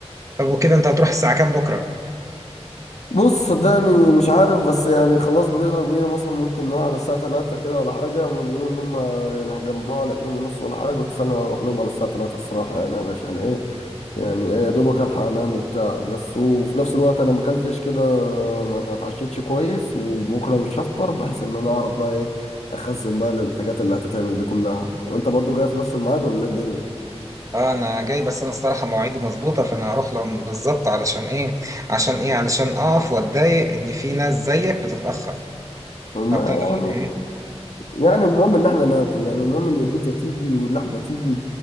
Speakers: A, on the right (about 30°); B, on the left (about 80°).
A: طب وكده انت هتروح الساعة كام بكرة
B: بص صدقني مش عارف بس يعني خلاص بنسبه كبيره مثلا ممكن نروح على الساعه 3 كده ولا حاجه هما بيقولوا ان هما يعني هيجمعوا على 2 ونص ولا حاجه بس انا هروح لهم على الساعه 3 الصراحه يعني علشان ايه يعني إيه، يا دوبك الحق انام وبتاع بس وفي نفس الوقت انا ما اكلتش كده ما اتعشيتش كويس وبكره مش هفطر بحيث ان انا اعرف بقى ايه اخزن بقى للحاجات اللي هتتعمل دي كلها وانت برضو جاي في نفس الميعاد ولا ايه الدنيا
A: اه انا جاي بس انا الصراحة مواعيدي مظبوطة فانا هروح لهم بالظبط علشان ايه عشان ايه علشان اقف واتضايق ان في ناس زيك بتتأخر
B: ما
A: فبتاع
B: يعني
A: ده
B: يعني المهم ان احنا ناكل يعني المهم ان البيتزا تيجي واللحمه تيجي